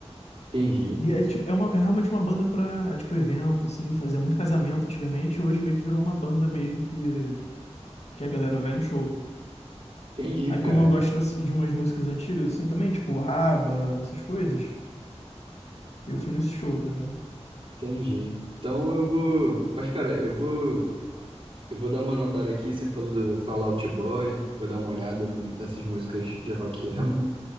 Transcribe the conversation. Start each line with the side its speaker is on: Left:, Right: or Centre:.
Right: Entendi.
Left: E é, tipo, é, uma, é realmente uma banda pra, tipo, evento, assim, fazia muito casamento antigamente, e hoje meio que virou uma banda mesmo que, que a galera vai no show.
Right: Entendi,
Left: Aí
Right: cara.
Left: como eu gosto das- de umas músicas antigas, assim, também, tipo ABBA, essas coisas, eu fui nesse show, tá ligado?
Right: Entendi. Então eu vou. Mas, cara, eu vou. Eu vou dar uma notada aqui. Você falou do Fallout Boy. Eu Vou dar uma olhada no- nessas músicas de rock emo.
Left: Uhum.